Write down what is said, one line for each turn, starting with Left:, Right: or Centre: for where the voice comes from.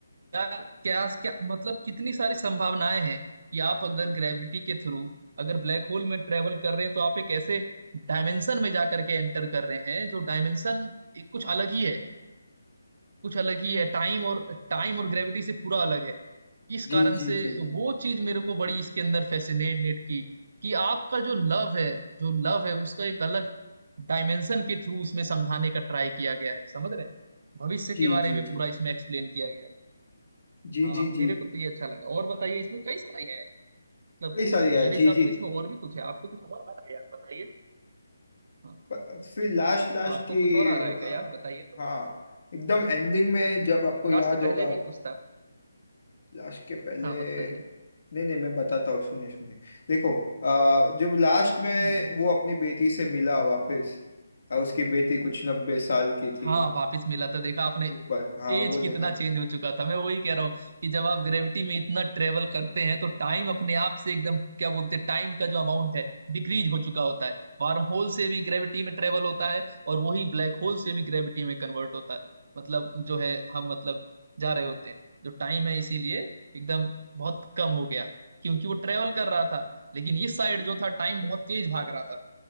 Right: यार क्या क्या मतलब कितनी सारी संभावनाएं हैं कि आप अगर ग्रेविटी के थ्रू अगर ब्लैक होल में ट्रेवल कर रहे हैं तो आप एक ऐसे डायमेंशन में जा करके एंटर कर रहे हैं जो डायमेंशन कुछ अलग ही है कुछ अलग ही है टाइम और टाइम और ग्रेविटी से पूरा अलग है इस कारण
Left: जी जी
Right: से
Left: जी
Right: वो चीज मेरे को बड़ी इसके अंदर फैसिनेट की कि आपका जो लव है जो लव है उसका एक अलग डायमेंशन के थ्रू इसमें समझाने का ट्राई किया गया है समझ रहे हैं भविष्य
Left: जी
Right: के बारे
Left: जी
Right: में
Left: जी
Right: पूरा इसमें एक्सप्लेन किया गया है
Left: जी
Right: हाँ
Left: जी
Right: मेरे
Left: जी
Right: को तो ये अच्छा लगा और बताइए इसमें कई सारे हैं मतलब
Left: कई सारी है
Right: मेरे हिसाब
Left: जी जी
Right: से इसमें और भी कुछ है आपको कुछ और आ रहा है यार बताइए हाँ
Left: प- फिर लास्ट लास्ट
Right: आपको
Left: की
Right: कुछ और आ रहा है क्या
Left: आ,
Right: यार बताइए थोड़ा
Left: हाँ एकदम
Right: हम्म
Left: एंडिंग में जब आपको याद
Right: लास्ट से पहले
Left: होगा
Right: भी कुछ था
Left: लास्ट के पहले
Right: हाँ बताइए
Left: नहीं नहीं मैं बताता हूँ सुनिए सुनिए देखो आ, जब लास्ट में
Right: हम्म
Left: वो अपनी बेटी से मिला वापस आ, उसकी बेटी कुछ नब्बे साल की थी
Right: हाँ वापिस मिला तो देखा आपने
Left: ऊपर हाँ
Right: एज
Left: वो
Right: कितना
Left: देखा
Right: चेंज हो चुका था मैं वही कह रहा हूँ कि जब आप ग्रेविटी में इतना ट्रेवल करते हैं तो टाइम अपने आप से एकदम क्या बोलते हैं टाइम का जो अमाउंट है डिक्रीज हो चुका होता है वार्म होल से भी ग्रेविटी में ट्रेवल होता है और वही ब्लैक होल से भी ग्रेविटी में कन्वर्ट होता है मतलब जो है हम मतलब जा रहे होते हैं जो टाइम है इसीलिए एकदम बहुत कम हो गया क्योंकि वो ट्रेवल कर रहा था लेकिन इस साइड जो था टाइम बहुत तेज भाग रहा था